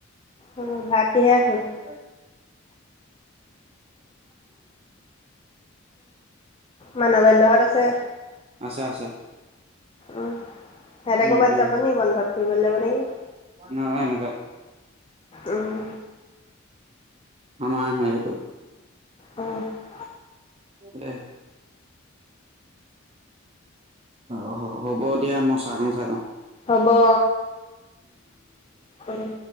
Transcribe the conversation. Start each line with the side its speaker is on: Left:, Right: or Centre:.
Left: উম ভাত কিহে খালা
Right: <unintelligible>
Left: মানৱেন্দ্ৰহঁত আছে
Right: সেয়া আছে আছে
Left: উম সিহঁতে
Right: উম
Left: ক'বাত
Right: উম
Left: যাব নিকি বন্ধত ফুৰিবলে যাব নেকি
Right: নাযায় নাযায়
Left: উম
Right: আমাৰ সে সেইটো
Left: উম,
Right: দে অঁ হ'ব এতিয়া মই চাহকণ খাই লওঁ
Left: হ'ব অ, উম